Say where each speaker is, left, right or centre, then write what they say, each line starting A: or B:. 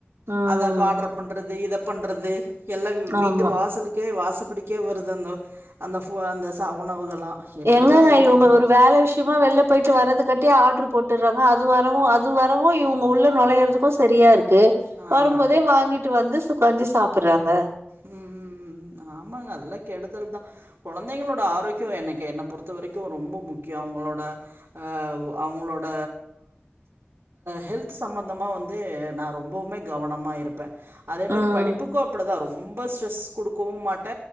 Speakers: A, on the right; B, on the right.
A: ம்
B: அத பாடுறத் பண்றது இத பண்றது எல்லா வீட்டு
A: ஆமா
B: வாசலுக்கு க்கே வாசப்படிக்கே வருது அந்த அந்த ப அந்த ச உணவுகள்லா எப்டிதா
A: எங்கங்க
B: இருக்குமோ
A: இவங்க ஒரு வேல விஷயமா வெள்ல போய்ட்டு வர்றதுக்காட்டியு ஆர்டரு போட்டுறாங்க அது வரவு அது வரவு இவங்க உள்ள நுழையிறதுக்கு சரியா இருக்கு து
B: ஆ
A: வரும்போதே வாங்கிட்டு வந்து சுக்காஞ்சி சாப்டுறாங்க
B: ம் ம் ம் ஆமாங்க அதெல்லா கெடுதல் தா கொழந்தைங்களோட ஆரோக்கிய எனக்கு என்ன பொறுத்த வரைக்கு ரொம்ப முக்கிய அவுங்களோட ஆ அவுங்களோட ஹெல்த் சம்பந்தமாக வந்து நா ரொம்பவுமே கவனமா இருப்ப அதே மாரி
A: ம்
B: படிப்புக்கு அப்டிதா ரொம்ப ஸ்ட்ரெஸ் குடுக்கவு மாட்ட